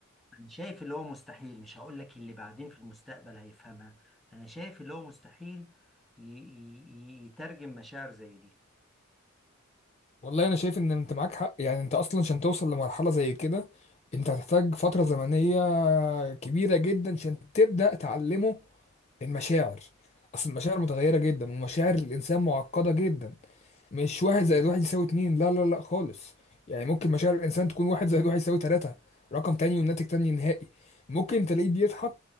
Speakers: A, in the centre; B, on the left.
A: أنا شايف اللي هو مستحيل مش هقول لك اللي بعدين في المستقبل هيفهمها أنا شايف اللي هو مستحيل ي- ي- ي- يترجم مشاعر زي دي
B: والله انا شايف ان انت معاك حق يعني انت اصلا عشان توصل لمرحله زي كده انت هتحتاج فتره زمنيه كبيره جدا عشان تبدا تعلمه المشاعر اصل المشاعر متغيره جدا ومشاعر الانسان معقده جدا مش واحد زائد واحد يساوي اتنين لا لا لا خالص يعني ممكن مشاعر الانسان تكون واحد زائد واحد يساوي تلاته رقم تاني والناتج تاني نهائي ممكن تلاقيه بيضحك